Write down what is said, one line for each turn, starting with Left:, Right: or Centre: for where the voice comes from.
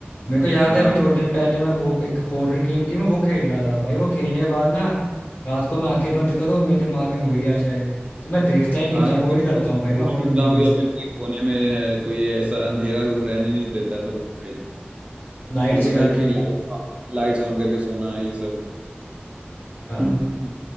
Left: मेरे को याद
Right: हाँ
Left: है अभी थोड़े दिन पहले मैं वो एक हॉरर गेम थी मैं वो खेल रहा था भाई वो खेलने के बाद ना रात को मैं आंखें बंद करूँ मेरे दिमाग में वही आ जाए तो मैं देखता ही नहीं
Right: हाँ
Left: होता अवॉइड
Right: कि लोग
Left: करता हूँ भाई मैं
Right: रूम
Left: हॉरर
Right: जाऊँ
Left: मूवीज
Right: या फिर कोई कोने में है कोई ऐसा अंधेरा रूम रहने नहीं देता है तो भाई
Left: लाइट
Right: वो तो
Left: जगा
Right: भाई फिर
Left: के
Right: लाइट लाइट्स ऑन करके सोना है ये सब <laughs>
Left: हाँ
Right: हम्म।